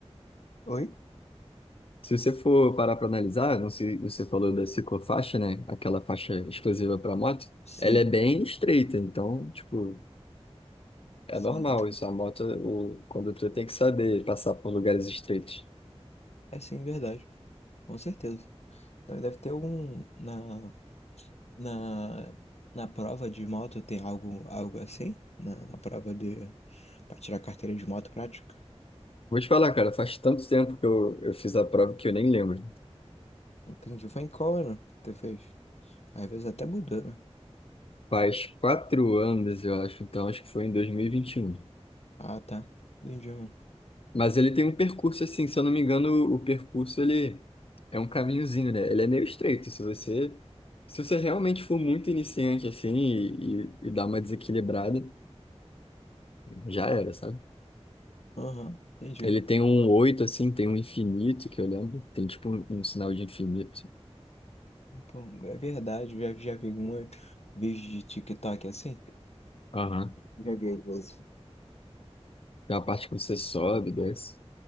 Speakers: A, on the left (about 75°); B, on the left (about 60°).
A: Oi?
B: Se você for parar para analisar, não sei, você falou da ciclofaixa, né? Aquela faixa exclusiva para moto,
A: Sim,
B: ela é bem estreita. Então, tipo. É
A: sim.
B: normal isso. A moto, o condutor tem que saber passar por lugares estreitos.
A: É sim, verdade. Com certeza. Deve deve ter algum. Na, na, na prova de moto tem algo, algo assim? Na, na prova de. Pra tirar carteira de moto prática?
B: Vou te falar, cara, faz tanto tempo que eu, eu fiz a prova que eu nem lembro.
A: Entendi. Foi em qual ano que tu fez? Às vezes até mudou, né?
B: Faz quatro anos, eu acho, então acho que foi em dois mil e e vinte e um.
A: Ah, tá. Entendi, mano.
B: Mas ele tem um percurso assim, se eu não me engano, o percurso ele é um caminhozinho, né? Ele é meio estreito. Se você, se você realmente for muito iniciante assim e, e, e dar uma desequilibrada, já era, sabe?
A: Aham, entendi.
B: Ele tem um oito assim, tem um infinito que eu lembro, tem tipo um, um sinal de infinito.
A: Bom, é verdade, já, já vi alguma vídeo de TikTok assim?
B: Aham.
A: Já vi às vezes.
B: Tem uma parte que você sobe, desce.